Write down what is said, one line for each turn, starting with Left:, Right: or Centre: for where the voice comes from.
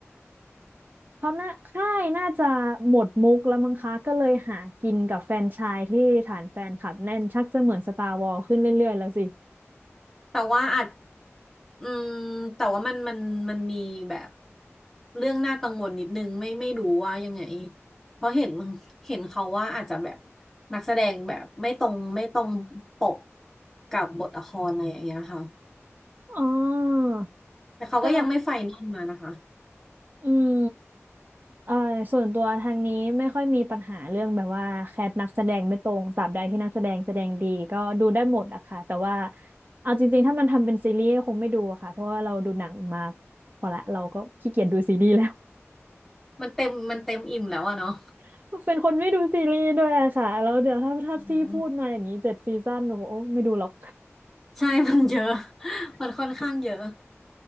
Right: เขาน่าค่ายน่าจะหมดมุกแล้วมั้งคะก็เลยหากินกับแฟรนไชายที่ฐานแฟนคลับแน่นชักจะเหมือนสตาร์วอ s ขึ้นเรื่อยๆแล้วสิ
Centre: แต่ว่าอาจอืมแต่ว่ามันมันมันมีแบบเรื่องน่ากังวลนิดนึงไม่ไม่รู้ว่ายังไงเพราะเห็นเห็นเขาว่าอาจจะแบบนักแสดงแบบไม่ตรงไม่ตรงปกกับบทละครอะไรอย่างเงี้ยค่ะ
Right: อ๋อ
Centre: แต่เขาก็ยังไม่ไฟนอลมานะคะ
Right: ก็อืม เอ่อส่วนตัวทางนี้ไม่ค่อยมีปัญหาเรื่องแบบว่าแคสนักแสดงไม่ตรงตราบใดที่นักแสดงแสดงดีก็ดูได้หมดอะค่ะแต่ว่าเอาจริงๆถ้ามันทำเป็นซีรีส์ก็คงไม่ดูอะค่ะเพราะว่าเราดูหนังมาพอละเราก็ขี้เกียจดูซีรีส์แล้ว
Centre: มันเต็มมันเต็มอิ่มแล้วอะเนาะ
Right: <laughs> เป็นคนไม่ดูซีรีส์ด้วยอะค่ะแล้วเดี๋ยวถ้าถ้าพี่พูดมาอย่างนี้เจ็ดซีซั่นหนูโอ้ไม่ดูหรอก
Centre: อืมใช่มันเยอะมันค่อนข้างเยอะ